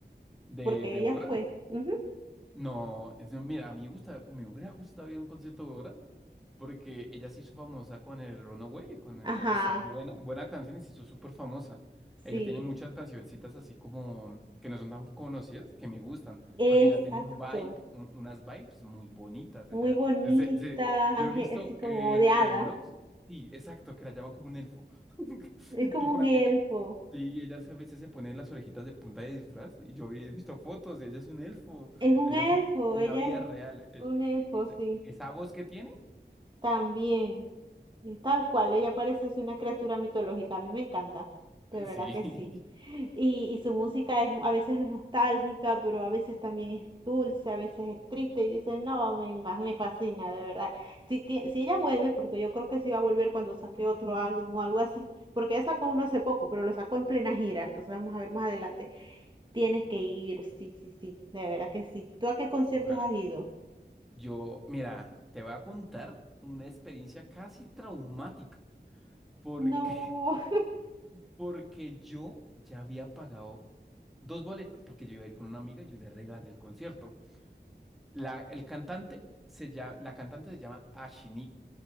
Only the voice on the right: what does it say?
porque
ella
fue. Ujú.
Ajá,
sí,
exacto.
Muy
bonita,
ángel,
así como
de hada
Es como
un elfo.
Es un
elfo,
ella
es
un elfo,
sí.
También, y tal cual, ella parece así una criatura mitológica, a mí me encanta, de verdad
que
sí. Y, y su música es a veces es nostálgica, pero a veces también es dulce, a veces es triste y dicen, no, me, fa- me fascina, de verdad. Si, tie- si ella vuelve, porque yo creo que sí va a volver cuando saque otro álbum o algo así, porque ella sacó uno hace poco, pero lo sacó en plena gira, entonces vamos a ver más adelante. Tienes que ir, sí, sí, sí, de verdad que sí. ¿Tú a qué conciertos
has ido?
No.